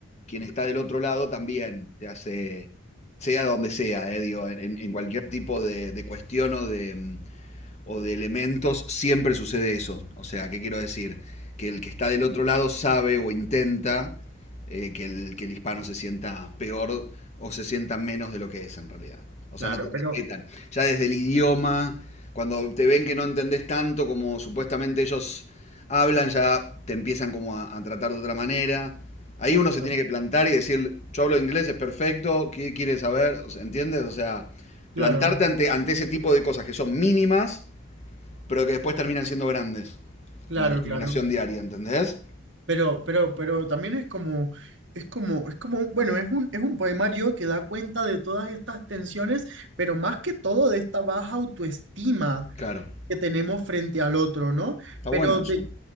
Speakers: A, on the left (about 35°); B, on the right (about 65°).
A: quien está del otro lado también te hace, sea donde sea, eh, digo, en, en, cualquier tipo de, de cuestión o de, mm, o de elementos, siempre sucede eso. O sea, ¿qué quiero decir? Que el que está del otro lado sabe o intenta eh, que, el, que el hispano se sienta peor o se sienta menos de lo que es en realidad. O sea,
B: Claro,
A: no te
B: pero...
A: respetan. Ya desde el idioma, cuando te ven que no entendés tanto como supuestamente ellos hablan, ya te empiezan como a, a tratar de otra manera. Ahí uno
B: Claro,
A: se tiene que plantar y decir, yo hablo inglés, es perfecto, ¿qué quieres saber? O sea, ¿Entiendes? O sea, plantarte
B: claro,
A: ante, ante ese tipo de cosas que son mínimas pero que después terminan siendo grandes
B: claro,
A: en la discriminación
B: claro.
A: diaria, ¿entendés?
B: Pero, pero, pero también es como, es como, es como, bueno, es un, es un poemario que da cuenta de todas estas tensiones, pero más que todo de esta baja autoestima
A: Claro.
B: que tenemos frente al otro, ¿no?
A: Está
B: Pero
A: bueno
B: de,
A: eso.